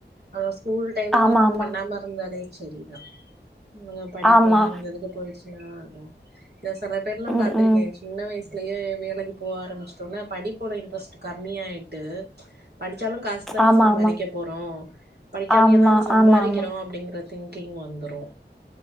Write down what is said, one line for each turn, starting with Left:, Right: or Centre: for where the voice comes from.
Right: ஆனா ஸ்கூல் டைமிங்ல
Centre: ஆமா, ஆமா.
Right: பண்ணாம இருந்தாலே சரிதா அவங்க படிப்பு
Centre: ஆமா.
Right: அந்த இதுக்கு போயிடுச்சு பாத்தீங்ளா அதா ஆ சில பேர்லா
Centre: ம்,
Right: பாத்திருக்கே
Centre: ம்.
Right: சின்ன வயசுலயே வேலைக்கி போக ஆரம்பிச்சுட்டோமன்னா படிப்போட இன்ட்ரெஸ்ட் கம்மி ஆயிட்டு படிச்சாலு காசுதான
Centre: ஆமா,
Right: சம்பாரிக்க
Centre: ஆமா.
Right: போறோ படிக்காமயேதான
Centre: ஆமா,
Right: சம்பாரிக்கிறோ
Centre: ஆமா, ஆமா.
Right: அப்டிங்கற திங்கிங் வந்துரு